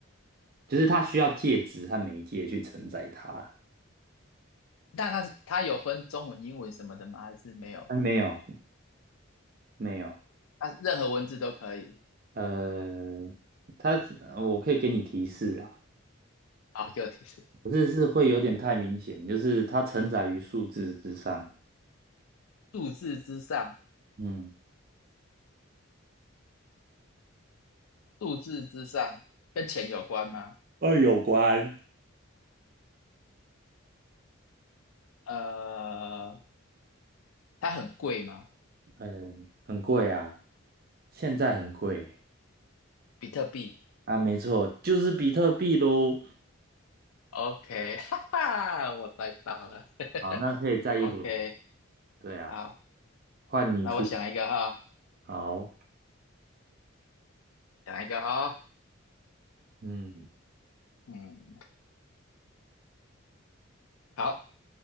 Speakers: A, on the right; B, on the left.
A: 就是它需要介质和媒介去承载它。
B: 那它是它有分中文、英文什么的吗？还是没有？
A: 啊，没有，没有，
B: 它任何文字都可以。
A: 呃，它我可以给你提示啊，
B: 好，给我提示。
A: 可是是会有点太明显，就是它承载于数字之上。
B: 数字之上，
A: 嗯
B: 数字之上跟钱有关吗？
A: 二有关，
B: 呃，它很贵吗？
A: 嗯，很贵啊，现在很贵
B: 比特币
A: 啊，没错，就是比特币喽。
B: ？OK，<laughs> 哈哈，我猜到了。<laughs>
A: 好，那可以再一轮。
B: OK，
A: 对啊，
B: 好，
A: 换你出。
B: 那我想一个哈，
A: 好，
B: 想一个哈。
A: 嗯，
B: 嗯，好，